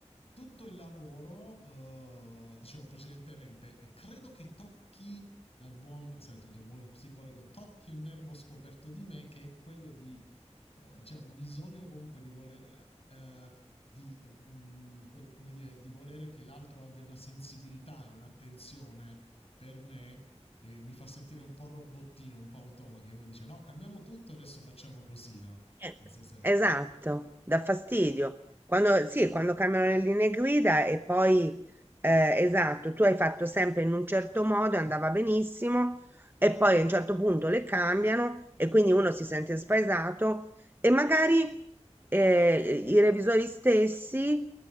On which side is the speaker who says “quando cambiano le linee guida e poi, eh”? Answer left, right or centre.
Right